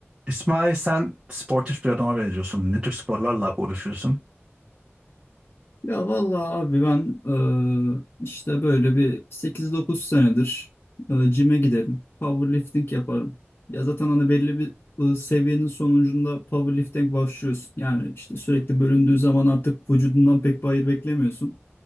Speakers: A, on the right; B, on the left.
A: İsmail sen sportif bir adama benziyorsun. Ne tür sporlarla uğraşıyorsun?
B: Ya vallahi abi ben eee, işte böyle bir sekiz dokuz senedir eee, cime giderim. Powerlifting yaparım. Ya zaten hani belli bir eee, seviyenin sonucunda powerlifting başlıyorsun. Yani işte sürekli bölündüğü zaman artık vücudundan pek bir hayır beklemiyorsun.